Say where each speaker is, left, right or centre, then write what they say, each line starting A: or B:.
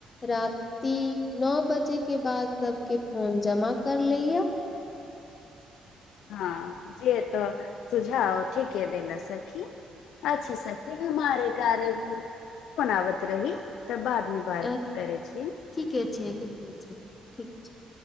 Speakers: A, on the left; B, on the left.
A: राति नौ बजे के बाद सबके फोन जमा कर लैय
B: हँ जे त सुझाव ठीके देल सखी अच्छा सखी हमारे कार्य ब कोन आबत रही तऽ बादमे बात
A: अ
B: करै छी
A: ठीके छैय ठीके छैय ठीक छैइ